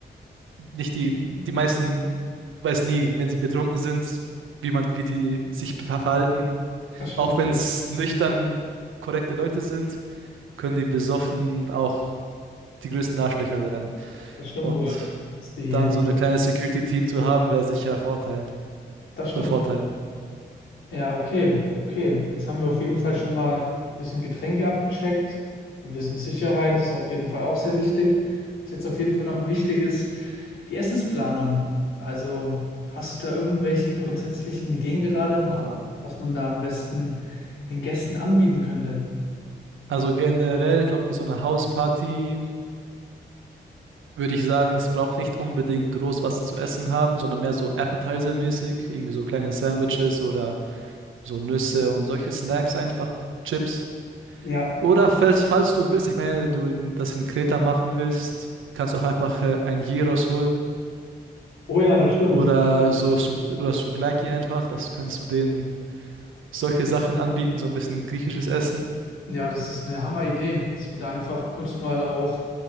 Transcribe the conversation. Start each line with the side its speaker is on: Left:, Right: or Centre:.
Right: nicht die, die meisten weiß nie, wenn sie betrunken sind, wie man, wie die sich verhalten.
Left: Das stimmt
Right: Auch wenn
Left: wohl.
Right: es nüchtern korrekte Leute sind, können die besoffen auch die größten Arschlöcher werden.
Left: Das stimmt
Right: Und
Left: wohl. Das ist die,
Right: dann so ein kleines Security-Team zu haben, wäre sicher ein Vorteil.
Left: das stimmt
Right: Von Vorteil.
Left: wohl. Ja, okay. Okay. Jetzt haben wir auf jeden Fall schon mal ein bisschen Getränke abgecheckt. Wir wissen, Sicherheit ist auf jeden Fall auch sehr wichtig. Was jetzt auf jeden Fall noch wichtig ist, Die Essensplanung. Also hast du da irgendwelche grundsätzlichen Ideen gerade im
Right: Oha.
Left: Kopf, was man da am besten den Gästen anbieten könnte?
Right: Also generell, glaube ich, bei so einer Hausparty würde ich sagen, es braucht nicht unbedingt groß was zu essen haben, sondern mehr so Appetizer-mäßig, irgendwie so kleine Sandwiches oder so Nüsse und solche Snacks einfach, Chips.
Left: Ja,
Right: Oder falls, falls du willst, ich meine, wenn du in, das in Kreta machen willst, kannst du auch einfach äh, ein Gyros holen
Left: oh ja, das stimmt.
Right: oder so Su- oder Souvlaki einfach. Das kannst du denen solche Sachen anbieten, so ein bisschen griechisches Essen.
Left: Ja, das ist eine Hammeridee, dass wir da einfach kurz mal auch